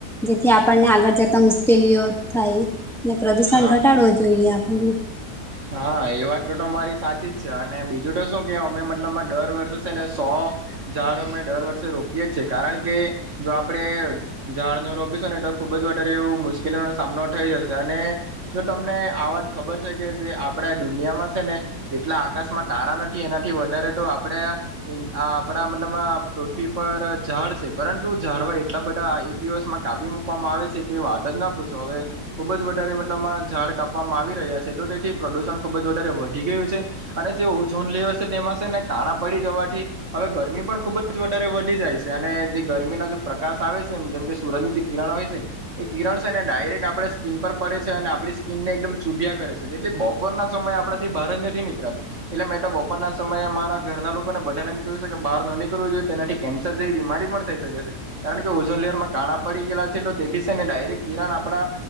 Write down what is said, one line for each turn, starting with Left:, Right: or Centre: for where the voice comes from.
Centre: જેથી આપણને આગળ જતા મુશ્કેલીઓ થાય પ્રદુષણ
Right: હા
Centre: ઘટાડવો જોઈએ આપણને
Right: હા એ વાત તો તો મારી સાચી જ છે અને બીજું તો શું કે અમે મતલબમાં દર વર્ષે છે ને સો ઝાડો અ મેમે દર વર્ષે રોપીએ જ છે કારણ કે જો આપણે ઝાડ નો રોપીશો ને તો ખુબ જ વધારે એવ મુશ્કેલીનોો સામનો થઈ જશે અને જો તમને આવાજ ખબર છે કે જે આપડા દુનિયામાં છે ને જેટલા આકાશમાં તારા નથી એનાથી વધારે તો આપડે આ આપડા મતલબ પૃથ્વી પર ઝાડ છે પરંતુ ઝાડવાય એટલા બધા એક દિવસમાં કાપી મૂકવામાં આવે છે કે વાત જ ના પૂછો હવે ખુબ જ વધારે માં ઝાડ કાપવામાં આવી રહ્યા છે તો તેથી પ્રદૂષણ ખૂબ જ વધારે વધી ગયું છે અને જે ઓઝોન લેર છે તેમાં છે ને કાળા પડી જવાથી હવે ગરમી પણ ખુબ જ વધારે વધી જાય છે અને જે ગરમીના જે પ્રકાશ આવે છે એમ જેમ કે સુરતની જે કિરણ હોય છે એ કિરણ છે ને ડાયરેક્ટ આપણે સ્કીન પર પડે છે અને આપણી સ્કીિનને એકદમ ચૂભ કરે છે એટલે બપોરના સમય આપણાથી બહાર જ નથી નીકળ એટલે મેં તો બપોરના સમયે મારા ઘરના લોકો ને બધાને કું છે કે બહાર ન નીકવ જોઈએ તેનાથી કેન્સર જેવી બીમારી પણ થઈ શકે છે કારણ કે ઓઝોન લેરમાં કાણા પડી ગયેલા છે તો તેથી છે ને ડાયરેક્ટ કિરણ આપડા